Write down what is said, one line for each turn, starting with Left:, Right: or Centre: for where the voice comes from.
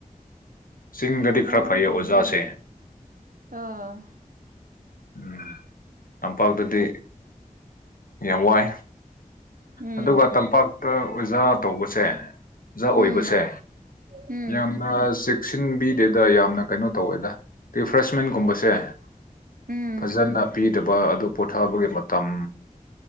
Left: ꯆꯤꯡꯗꯗꯤ
Right: ꯌꯥꯝ
Left: ꯈꯔ
Right: ꯋꯥꯏ
Left: ꯐꯩꯌꯦ ꯑꯣꯖꯥꯁꯦ
Right: ꯍꯥꯏꯅꯦ ꯑꯥ
Left: <unintelligible> ꯇꯝꯄꯥꯛꯇꯗꯤ ꯌꯥꯝ ꯋꯥꯏ
Right: ꯎꯝ
Left: ꯑꯗꯨꯒ ꯇꯝꯄꯥꯛ ꯍꯛꯇ ꯑꯣꯖꯥ ꯇꯧꯕꯁꯦ ꯑꯣꯖꯥ ꯑꯣꯏꯕꯁꯦ
Right: ꯎꯝ ꯎꯝ
Left: ꯌꯥꯝꯅ ꯆꯦꯛꯁꯤꯟꯕꯤꯗꯦꯗ ꯌꯥꯝꯅ ꯀꯩꯅꯣ ꯇꯧꯋꯦꯗ ꯔꯤꯐ꯭ꯔꯦꯁꯃꯦꯟꯒꯨꯝꯕꯁꯦ
Right: ꯎꯝ
Left: ꯐꯖꯅ ꯄꯤꯗꯕ ꯑꯗꯨ ꯄꯣꯊꯕꯒꯤ ꯃꯇꯝ